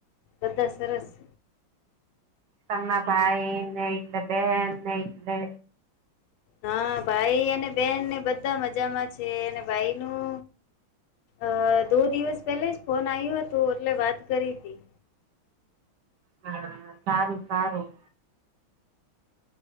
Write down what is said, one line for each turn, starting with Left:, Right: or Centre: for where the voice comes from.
Left: બધા સરસ.
Right: તમના ભાઈ ને એટલે બેન ને એટલે
Left: હા ભાઈ અને બેનને બધા મજામાં છે અને ભાઈ નું અ દો દિવસ પહેલા જ ફોન આવ્યો હતું એટલે વાત કરી હતી
Right: હા. સારું સારું.